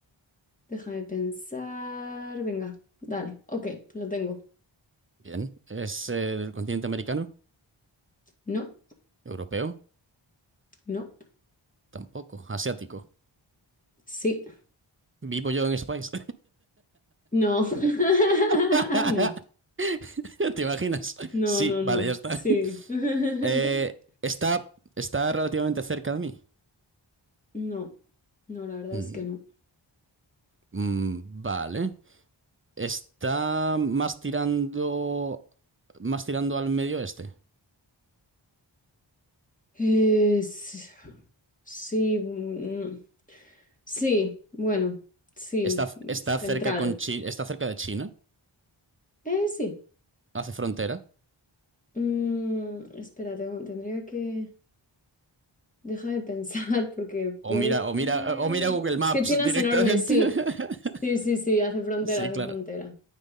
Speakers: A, on the left; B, on the right.
A: déjame pensar, venga, dale, ok, lo tengo.
B: Bien. ¿Es eh, del continente americano?
A: ¿No?
B: ¿Europeo?
A: No,
B: Tampoco. ¿Asiático?
A: sí,
B: ¿Vivo yo en ese país?
A: no, <laughs>
B: <laughs>
A: no,
B: ¿Te imaginas?
A: no,
B: Sí,
A: no,
B: vale,
A: no,
B: ya está.
A: sí,
B: <laughs>
A: <laughs>
B: Eh, está, está relativamente cerca de mí.
A: no, no, la verdad
B: Mm,
A: es que no.
B: mm, vale. Está más tirando, más tirando al medio oeste.
A: Es... Sí, mm, sí, bueno, sí,
B: Está,
A: mm,
B: está
A: central.
B: cerca con Chi- está cerca de China.
A: Eh, sí.
B: Hace frontera.
A: Mm, espera, tengo- tendría que... Déjame pensar, <laughs> porque puede...
B: O mira, o
A: eh,
B: mira, o mira Google
A: Es
B: Maps
A: que China es
B: directamente.
A: enorme, sí.
B: <laughs>
A: Sí, sí, sí, hace frontera,
B: Sí,
A: hace
B: claro.
A: frontera.